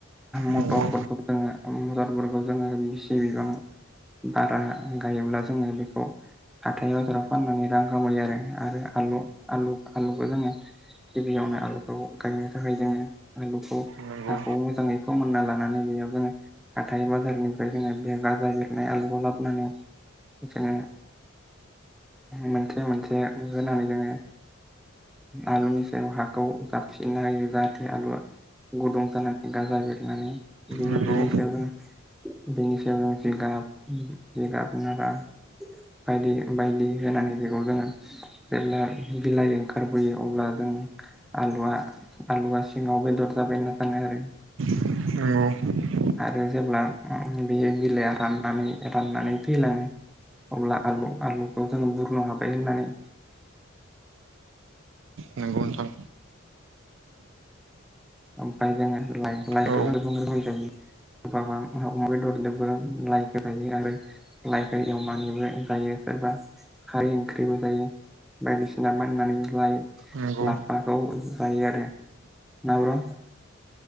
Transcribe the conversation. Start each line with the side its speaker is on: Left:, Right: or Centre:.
Centre: मटरफोरखौ
Right: नंगौ
Centre: जोङो मटरफोरखौ जोङो <unintelligible> बारा गायोब्ला जोङो बेखौ हाथाइ बाजाराव फाननानै रां खामायो। आरो आरो आलु आलु आलुखौ जोङो गिबियावनो आलु खौ गायनो थाखाय जोङो आलुखौ
Right: नंगौ
Centre: हाखौ मोजाङै फोमोनना लानानै बेयाव जोङो हाथाइ बाजारनिफ्राय जोङो बे गाजा बेरनाय आलुखौ लाबोनानैनो बिदिनो मोनसे मोनसे होनानै जोङो आलुनि सायाव हाखौ साबसिन हायो जाहाथे आलुआ गुदुं जानानै गाजा बेरनानै बेनि
Right: नंगौ
Centre: सायाव जों बेनिसायाव जिगाब जिगाबा नारा बायदि बायदि होनानै बेखौ जोङो जेब्ला बिलाइ ओंखारबोयो अब्ला जोङो आलुआ आलुआ सिङाव बेदर जाबाय होनना सानो आरो
Right: नंगौ
Centre: आरो जेब्ला बे बिलाइआ राननानै राननानै थैलाङो अब्ला आलु आलुखौ जोङो बुरनो हाबाय होननानै
Right: नंगौ नोंथां
Centre: ओमफ्राय जोङो लाइ लाइजों
Right: औ
Centre: गोबां रोखोनि जायो बेदरजोंबो लाइखौ जोयो आरो लाइखौ एवमनानैबो जायो सोरबा खारै ओंख्रिबो जायो बायदिसिना बानायनै जायो
Right: नंगौ
Centre: लाफाखौ जायो आरो ना ब्र'